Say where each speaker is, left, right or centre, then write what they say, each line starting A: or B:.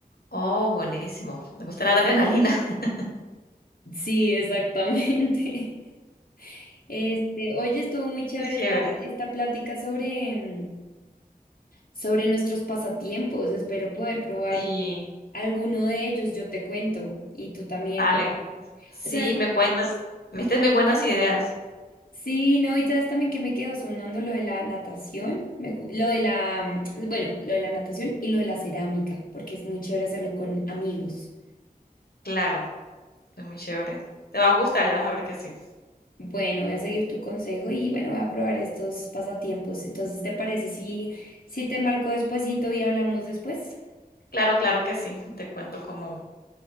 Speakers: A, on the left; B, on the left.
A: Oh, buenísimo. Me gusta la adrenalina. <laughs>
B: Sí, exactamente. <laughs> Este, oye, estuvo muy chévere
A: Qué chévere.
B: esta, esta plática sobre, mm, sobre nuestros pasatiempos. Espero poder probar
A: Sí,
B: alguno de ellos. Yo te cuento y tú también
A: vale.
B: cuéntame.
A: Sí,
B: O sea, es que-
A: me cuentas. Me diste muy buenas ideas.
B: sí, no, y sabes también que me quedo sonando lo de la natación, me gu- lo de la, mm, bueno, lo de la natación y lo de la cerámica, porque es muy chévere hacerlo con amigos.
A: Claro, es muy chévere. Te va a gustar, ya vas a ver que sí.
B: Bueno, voy a seguir tu consejo y bueno, voy a probar estos pasatiempos. Entonces, ¿te parece si, si te marco despuesito y hablamos después?
A: Claro, claro que sí. Te cuento cómo,